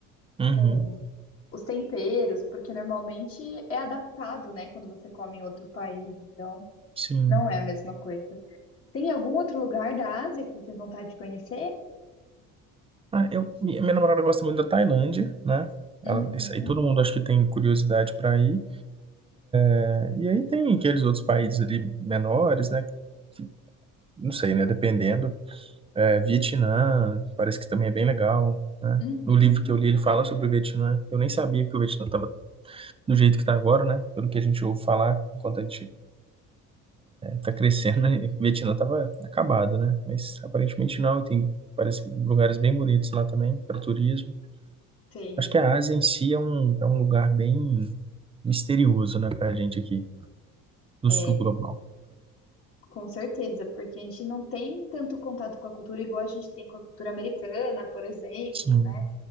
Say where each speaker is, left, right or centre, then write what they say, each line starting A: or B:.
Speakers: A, on the right (about 20°); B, on the left (about 45°).
A: Uhum,
B: Com os temperos, porque normalmente é adaptado, né? Quando você come em outro país. Então,
A: sim.
B: não é a mesma coisa. Tem algum outro lugar da Ásia que você tem vontade de conhecer?
A: Ah, eu, minha minha namorada gosta muito da Tailândia, né?
B: Uhum,
A: Ela, isso aí todo mundo acho que tem curiosidade para ir. É, E aí tem aqueles outros países ali menores, né? que- não sei, né? Dependendo. É, Vietnã, parece que também é bem legal, né?
B: uhum,
A: No livro que eu li, ele fala sobre o Vietnã. Eu nem sabia que o Vietnã estava do jeito que está agora, né? Pelo que a gente ouve falar enquanto a gente Tá crescendo, né? E Vietnã tava acabado, né? Mas aparentemente não, e tem parece lugares bem bonitos lá também para turismo.
B: tem.
A: Acho que a Ásia em si é um, é um lugar bem misterioso, né, pra gente aqui, do
B: É,
A: sul global.
B: Com certeza, porque a gente não tem tanto contato com a cultura igual a gente tem com a cultura americana, por exemplo,
A: Sim.
B: né?